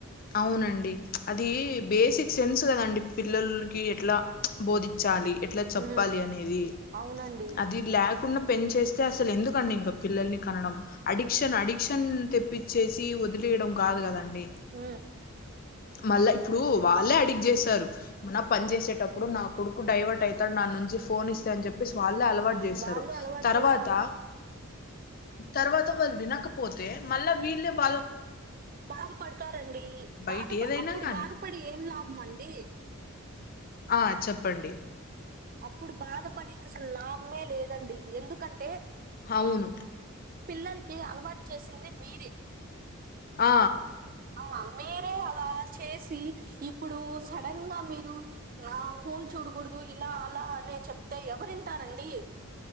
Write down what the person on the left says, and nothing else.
అవునండి అది బేసిక్ సెన్స్ కదండి పిల్లలకి ఎట్లా బోధిచ్చాలి ఎట్లా చెప్పాలి
అనేది
అది లేకుండా పెన్చేస్తే అసలు ఎందుకండి ఇంకా పిల్లల్ని కనడం అడిక్షన్ అడిక్షన్ తెప్పిచ్చేసి వదిలేయడం కాదు కదండి
మళ్ళా ఇప్పుడు వాళ్ళే అడిక్ట్ చేశారు మన పని చేసేటప్పుడు నా కొడుకు డైవర్ట్ అయితాడు నా నుంచి ఫోన్ ఇస్తే అని చెప్పేసి వాళ్ళే అలవాటు జేస్తారు
తర్వాత
తర్వాత వాళ్ళు వినకపోతే మళ్ళా వీళ్ళే బాధ
బయట
ఏదైనా
గాని
ఆ చెప్పండి
అవును
ఆ